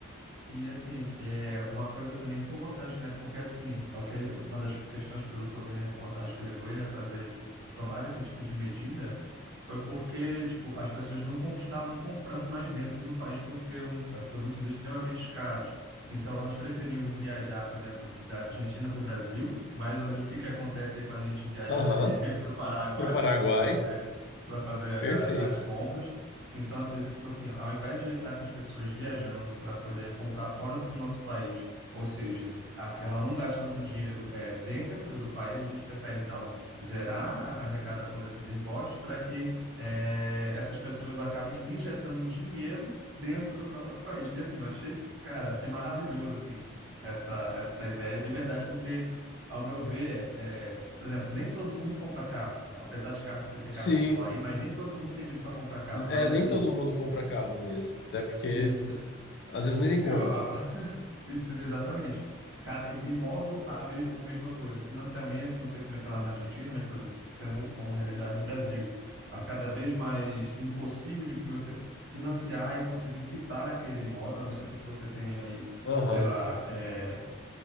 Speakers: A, on the right; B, on the left.
A: E assim, é uma coisa também importante, né? Porque assim, é o que ele, uma das questões pelo que eu vi na reportagem que levou ele a fazer tomar esse tipo de medida foi porque, tipo, as pessoas não con- estavam comprando mais dentro do país por ser um, eh, produtos extremamente caros. Então, elas preferiam viajar, por exemplo, da Argentina para o Brasil, mais ou menos o que que acontece aí quando a gente viajando
B: Aham,
A: ali <laughs> para o Paraguai
B: Pro Paraguai.
A: para poder fazer para fazer
B: Perfeito.
A: a- as compras. Então, assim, ele falou assim, ao invés de estar essas pessoas viajando para poder comprar fora do nosso país, ou seja, aquela não gastando dinheiro eh, dentro do país, a gente prefere, então, zerar a a arrecadação desses impostos para que eh, essas pessoas acabem injetando dinheiro dentro do próprio país. E, assim, eu achei, cara, achei maravilhoso, assim, essa, essa ideia de verdade, porque, ao meu ver, eh, por exemplo, nem todo mundo compra carro, apesar de carro você ter
B: Sim,
A: carro popular aí, mas nem todo mundo tem dinheiro para comprar carro.
B: é,
A: Mas assim,
B: nem todo mundo compra carro mesmo, até porque
A: ent-
B: às vezes nem tem
A: eu,
B: como.
A: a- <laughs> ent- exatamente. Ca- Imóvel, a, mes, a mesma coisa. Financiamento, não sei como é que é lá na Argentina, mas, por exemplo, tendo como realidade o Brasil, a cada vez mais impossível de fi- você financiar e conseguir quitar aquele imóvel, a não ser se você tem aí,
B: Aham.
A: sei lá, é,